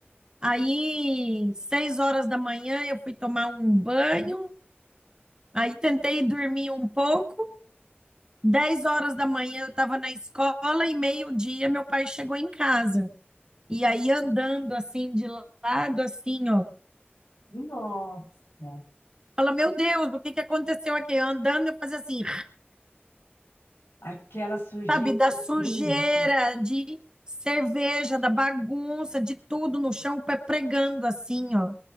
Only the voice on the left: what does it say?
Nossa.
Aquela sujeira
que
grude.